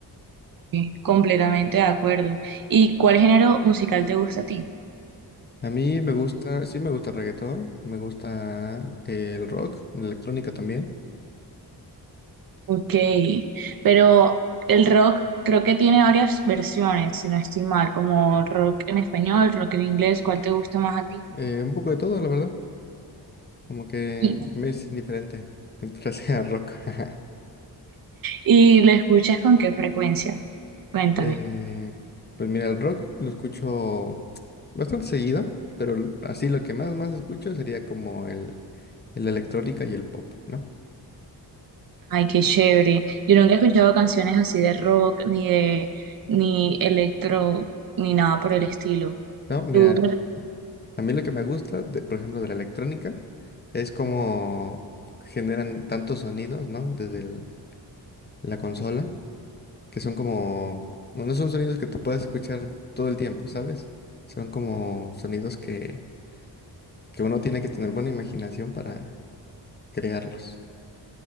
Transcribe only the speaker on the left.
A mí me gusta, sí me gusta el reggaetón, me gusta eh, el rock, la electrónica también.
Eh, un poco de todo, la verdad, como que
me es indiferente mientras sea rock. <laughs>
Eh, pues mira, el rock lo escucho bastante seguido, pero l- así lo que más más escucho sería como el, el electrónica y el pop, ¿no?
No, mira,
a mí lo que me gusta, de- por ejemplo, de la electrónica, es como generan tantos sonidos, ¿no? Desde el- la consola, que son como, bueno, no son sonidos que tú puedas escuchar todo el tiempo, ¿sabes? Son como sonidos que, que uno tiene que tener buena imaginación para crearlos.